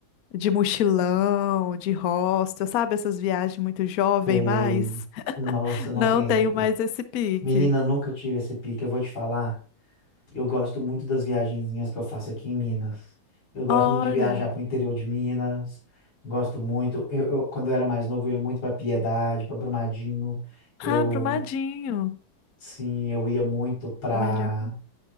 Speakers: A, on the left (about 60°); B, on the left (about 80°).
A: de mochilão, de hostel, sabe? Essas viagens muito jovem,
B: Sei.
A: mas <laughs>
B: Nossa, não
A: não
B: tem
A: tenho
B: esse pique.
A: mais esse pique.
B: Menina, nunca tive esse pique. Eu vou te falar. Eu gosto muito das viagenzinhas que eu faço aqui em Minas. Eu gosto
A: Olha,
B: muito de viajar para o interior de Minas. Gosto muito. Eu, eu- quando eu era mais novo, eu ia muito para Piedade, para Brumadinho. Eu
A: ah, Brumadinho.
B: Sim, eu ia muito pra.
A: Brumadinho.